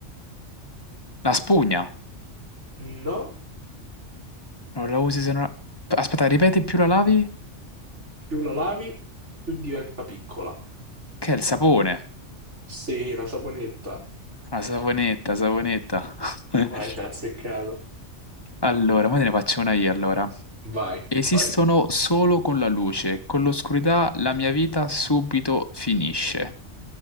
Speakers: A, on the left; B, on the right.
A: La spugna.
B: No,
A: Non la usi se non... la- Aspetta, ripeti, più la lavi?
B: più la lavi, più diventa piccola.
A: Che è il sapone.
B: Sì, la saponetta.
A: La saponetta, saponetta. <laughs>
B: Vai, ci ha azzeccato.
A: Allora, ora te ne faccio una io allora.
B: Vai,
A: Esistono
B: vai.
A: solo con la luce, con l'oscurità la mia vita subito finisce.